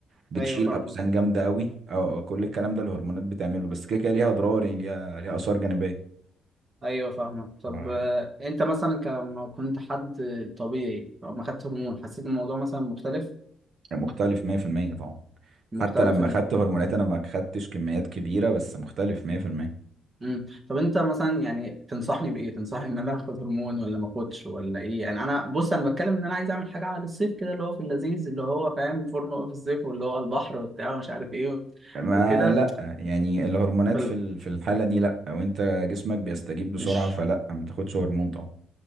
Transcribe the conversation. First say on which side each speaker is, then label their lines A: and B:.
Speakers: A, on the right; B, on the right.
A: بتشيل
B: ايوه فاهمك
A: اوزان جامده قوي اه آه، كل الكلام ده الهرمونات بتعمله بس كده كده ليها اضرار يعني ليها ليها اثار جانبيه
B: ايوه فاهمك طب
A: آه،
B: آه، انت مثلا ك- لما كنت حد طبيعي او ما خدت هرمون حسيت الموضوع مثلا مختلف
A: مختلف 100% طبعا
B: مختلف
A: حتى لما خدت هرمونات انا ما خدتش كميات كبيره بس مختلف 100%
B: مم. طب انت مثلا يعني تنصحني بايه تنصحني ان انا اخد هرمون ولا ما اخدش ولا ايه يعني انا بص انا بتكلم ان انا عايز اعمل حاجه على الصيف كده اللي هو في اللذيذ اللي هو فاهم فورمه بقى في الصيف واللي هو على البحر وبتاع ومش عارف ايه
A: ما
B: وكده
A: لا يعني الهرمونات
B: فال-
A: في ال- في الحاله دي لا وانت جسمك بيستجيب بسرعه
B: مش
A: فلا ما تاخدش هرمون طبعا